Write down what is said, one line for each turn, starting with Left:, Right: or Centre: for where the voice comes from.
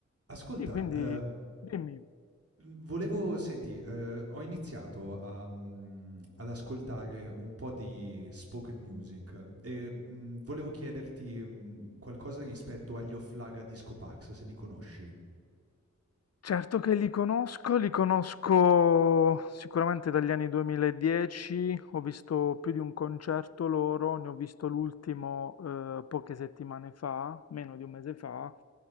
Right: Ascolta,
Left: Sì, quindi
Right: ehm,
Left: dimmi.
Right: mhmm, volevo senti, ehm, ho iniziato a mhmm, ad ascoltare un po' di spoken music e, mhmm, volevo chiederti, mhmm, qualcosa rispetto agli Oplaga Discopax, se li conosci.
Left: Certo che li conosco, li conosco sicuramente dagli anni 2010, ho visto più di un concerto loro, ne ho visto l'ultimo eh, poche settimane fa, meno di un mese fa.